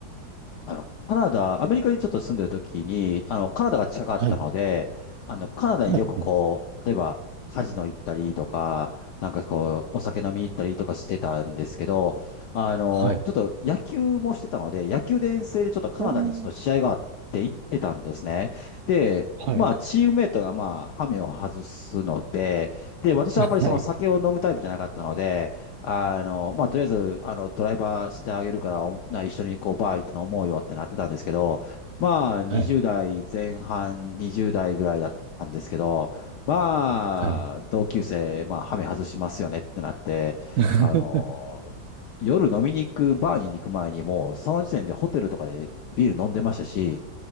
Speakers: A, on the left; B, on the right.
A: あの、カナダ、アメリカにちょっと住んでる時に、あの、カナダが近かったので、
B: はい。
A: あの、カナダによくこう、
B: はい。
A: 例えば、カジノ行ったりとか、なんかこう、お酒飲みに行ったりとかしてたんですけど、あの、
B: はい。
A: ちょっと野球もしてたので、野球で遠征でちょっとカナダにちょっと試合があって行ってたんですね。
B: おー。
A: で、
B: はい。
A: まあ、チームメイトがまあ、ハメを外すので、で、私はあんまりその酒を飲むタイプじゃなかったので、
B: はい。
A: あの、まあ、とりあえず、あの、ドライバーしてあげるから、おな一緒にこう、バー行って飲もうよってなってたんですけど、まあ、20代前半、
B: はい。
A: 20代ぐらいだったんですけど、まあ、
B: はい。
A: 同級生、まあ、ハメ外しますよねってなって、
B: <laughs>
A: あの、夜飲みに行く、バーに行く前にもう、その時点でホテルとかでビール飲んでましたし、